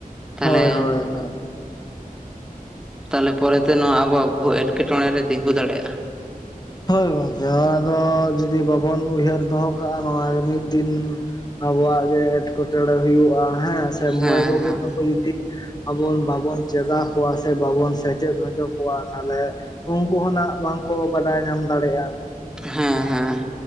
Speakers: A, in the centre; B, on the left.
A: ᱛᱟᱦᱚᱞᱮ
B: ᱦᱳᱭ ᱦᱳᱭ ᱦᱳᱭ᱾
A: ᱛᱟᱦᱚᱞᱮ ᱯᱚᱨᱮᱛᱮ ᱱᱚᱣᱟ ᱟᱵᱚᱣᱟᱜ ᱵᱚᱦᱩ ᱮᱴᱠᱮᱴᱚᱬᱮ ᱨᱮ ᱛᱤᱸᱜᱩ ᱫᱟᱲᱮᱭᱟᱜᱼᱟ᱾
B: ᱦᱳᱭ ᱜᱚᱝᱠᱮ ᱱᱚᱣᱟ ᱫᱚ ᱡᱩᱫᱤ ᱵᱟᱵᱚᱱ ᱩᱭᱦᱟᱹᱨ ᱫᱚᱦᱚ ᱠᱟᱜᱼᱟ ᱱᱚᱣᱟ ᱢᱤᱫ ᱫᱤᱱ ᱟᱵᱚᱣᱟᱜ ᱜᱮ ᱮᱸᱴᱠᱮᱴᱚᱬᱮ ᱦᱩᱭᱩᱜᱼᱟ ᱦᱮᱸ ᱥᱮ
A: ᱦᱮᱸ
B: ᱢᱟᱹᱭ ᱵᱟᱹᱵᱩ
A: ᱦᱮᱸ
B: ᱛᱟᱠᱚ ᱡᱩᱫᱤ ᱟᱵᱚ ᱵᱟᱵᱚᱱ ᱪᱮᱫᱟ ᱠᱚᱣᱟ ᱥᱮ ᱵᱟᱵᱚᱱ ᱥᱮᱪᱮᱫ ᱦᱚᱪᱚ ᱠᱚᱣᱟ ᱛᱟᱦᱚᱞᱮ ᱩᱱᱠᱩ ᱦᱚᱸ ᱱᱟᱜ ᱵᱟᱝᱠᱚ ᱵᱟᱰᱟᱭ ᱧᱟᱢ ᱫᱟᱲᱮᱜᱼᱟ᱾
A: ᱦᱮᱸ ᱦᱮᱸ᱾